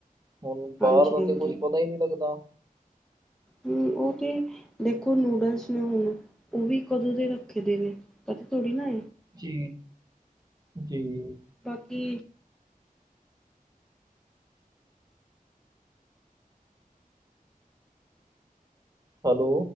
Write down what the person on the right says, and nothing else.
ਹੁਣ ਬਾਹਰ
ਦਾ
ਤੇ ਕੁਛ ਪਤਾ ਹੀ ਨਹੀਂ ਲੱਗਦਾ।
ਜੀ, ਜੀ।
ਹੈਲੋ।